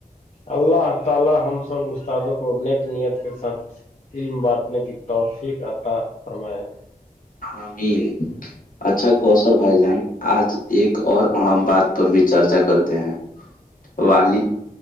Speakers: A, on the left (about 45°); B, on the left (about 65°).
A: اللہ تعالی ہم سب استادوں کو نیک نیت کے ساتھ علم بانٹنے کی توفیق عطا فرماائے
B: ہاں می ہے اچھا کوشل بھائی جان آج ایک اور اہم بات پر بھی چرچا کرتے ہیں والد